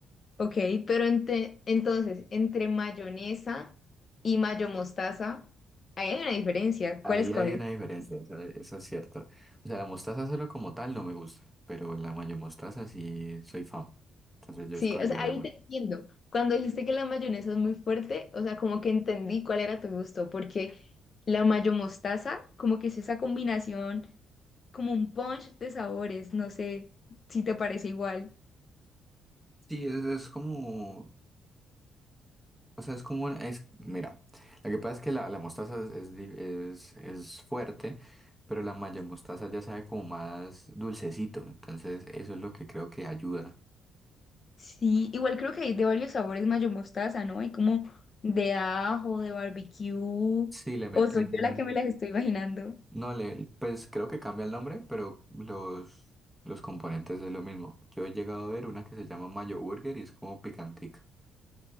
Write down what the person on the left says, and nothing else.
Ok, pero ente- entonces, entre mayonesa y mayo mostaza, ahí hay una diferencia.
¿Cuál escoges?
Sí,
o sea,
ahí
te entiendo. Cuando dijiste que la mayonesa es muy fuerte, o sea, como que entendí cuál era tu gusto, porque la mayo mostaza, como que es esa combinación, como un punch de sabores, no sé si te parece igual.
Sí, igual creo que hay de varios sabores mayo mostaza, ¿no? Hay como de ajo, de barbecue, o
soy yo la que me las estoy imaginando.